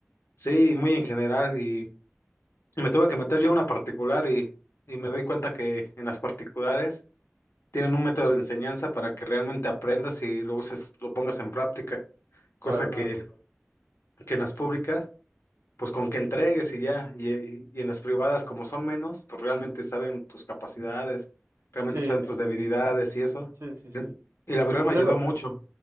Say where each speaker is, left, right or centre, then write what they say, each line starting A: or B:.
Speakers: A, on the left; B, on the right.
A: sí, muy en general y... Me tuve que meter yo a una particular y, y me doy cuenta que en las particulares tienen un método de enseñanza para que realmente aprendas y lo uses, lo pongas en práctica, cosa
B: Claro,
A: Claro.
B: claro.
A: que, que en las públicas, pues con que entregues y ya, y, y en las privadas como son menos, pues realmente saben tus capacidades, realmente
B: Sí,
A: saben
B: sí,
A: tus debilidades
B: sí,
A: y eso.
B: sí, sí, sí.
A: Y la verdad
B: Te
A: me
B: entrena,
A: ayudó Claro. mucho.